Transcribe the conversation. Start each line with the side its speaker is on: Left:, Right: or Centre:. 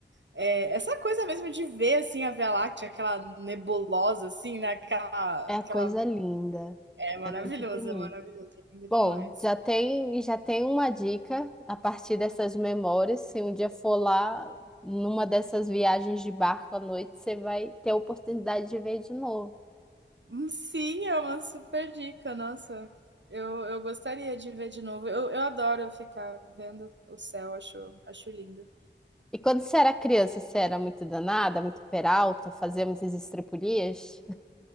Right: é, essa coisa mesmo de ver, assim, a Via Láctea, aquela nebulosa, assim, né, aquela...
Centre: é
Right: aquela
Centre: a coisa linda.
Right: é maravilhosa
Centre: É muito bonito.
Right: maravilhosa maravilhoso, é lindo demais.
Centre: Bom, já tem, já tem uma dica a partir dessas memórias. Se um dia for lá, numa dessas viagens de barco à noite, você vai ter a oportunidade de ver de novo.
Right: Hum, Sim, é uma super dica, nossa. Eu, eu gostaria de ver de novo. Eu, eu adoro ficar vendo o céu, acho, acho lindo.
Centre: E quando você era criança, você era muito danada, muito peralta, fazíamos as estripulias?